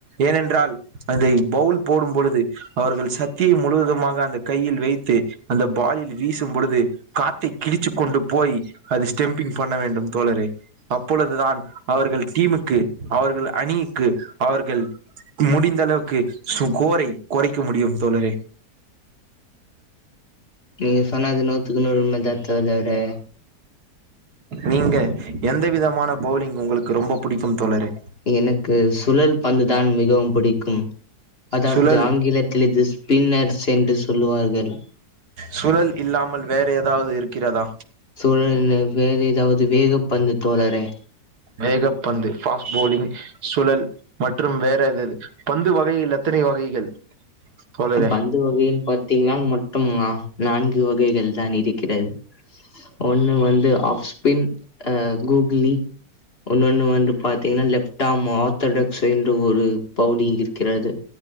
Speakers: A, on the right; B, on the left.
A: ஏனென்றால் அந்தை பவுல் போடும் பொழுது அவர்கள் சக்தியை முழுவதுமாக அந்த கையில் வைத்து அந்த பாலில் வீசும் பொழுது காத்தை கிழிச்சு‌ கொண்டு போய் அது ஸ்டெம்பிங் பண்ண வேண்டும் தோழரே அப்பொழுதுதான் அவர்கள் டீமுக்கு அவர்கள் அணிக்கு அவர்கள் முடிந்த அளவுக்கு சுகோரை கொறைக்க முடியும் தோழரே
B: நீங்க சொன்னது நூத்துக்கு நூறு உண்மதா தோழரே
A: நீங்க எந்த விதமான பவுலிங் உங்களுக்கு ரொம்ப புடிக்கும் தோழரே
B: எனக்கு சுழல் பந்து தான் மிகவும் பிடிக்கும் அதாவது
A: சுழல்
B: ஆங்கிலத்திலே இது ஸ்பின்னர்ஸ் என்று சொல்லுவார்கள்
A: சுழல் இல்லாமல் வேற ஏதாவ்து இருக்கிறதா
B: சுழல் வேறு ஏதாவது வேக பந்து தோழரே
A: வேக பந்து பாஸ்ட் போலிங் சுழல் மற்றும் வேற எது பந்து வகையில் எத்தனை வகைகள் தோழரே
B: பந்து வகைன்னு பாத்தீங்கன்னா மட்டும் நான்கு வகைகள் தான் இருக்கிறது ஒண்ணு வந்து ஆப்ஸ்பின் அ கூக்லி ஒன்னொண்ணு வந்து பாத்தீங்கன்னா லெப்டார்ம் மாத் ஆர்தடக்ஸ் என்று ஒரு பவுலிங் இருக்கிறது